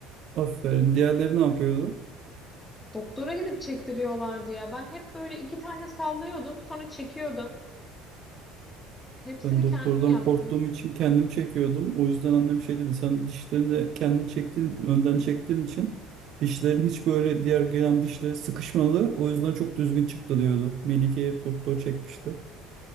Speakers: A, on the right; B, on the left.
A: Aferin. Diğerleri ne yapıyordu?
B: Doktora gidip çektiriyorlardı ya. Ben hep böyle iki tane sallıyordum, sonra çekiyordum. Hepsini
A: Ben doktordan
B: kendim yaptım.
A: korktuğum için kendim çekiyordum. O yüzden annem şey dedi. Sen dişlerini de kendin çektiğin için, önden çektiğin için dişlerin hiç böyle diğer gelen dişlere sıkışmadı. O yüzden çok düzgün çıktı diyordu. Melike'ye hep doktor çekmişti.